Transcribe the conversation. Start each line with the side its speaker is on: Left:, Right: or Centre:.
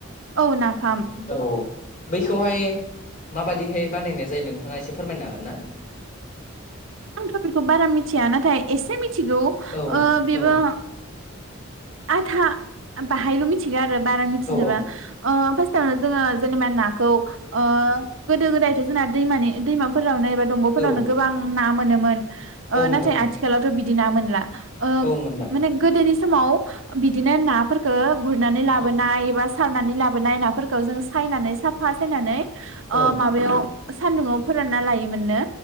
Right: औ नाफाम।
Left: औ बैखौहाय माबायदिहाय बानायनाय जायो नोंथाङा एसे फोरमायनो हागोन ना?
Right: आंथ' बेखौ बारा मिथिया नाथाय एसे मिथिगौ ओ
Left: औ
Right: बेबो
Left: औ
Right: आधा बाहायल' मिथिगो आरो बारा मिथिजोबा।
Left: औ
Right: ओ फास्टावनो जोङो जेनेबा नाखौ ओ गोदो गोदायथ' जोंना दैमानि दैमाफोरावनो एबा दंग'फोरावनो
Left: औ
Right: गोबां ना मोनोमोन ओ
Left: औ मोनोमोन
Right: नाथाय आथिखालावथ' बिदि ना मोनला। ओ
Left: औ मोनला
Right: माने गोदोनि समाव बिदिनो नाफोरफोरखो गुरनानै लाबोनाय
Left: औ
Right: बा सारनानै लाबोनाय नाफोरखौ जों सायनानै साफा सायनानै ओ
Left: औ
Right: माबायाव सान्दुङाव फोरानना लायोमोननो।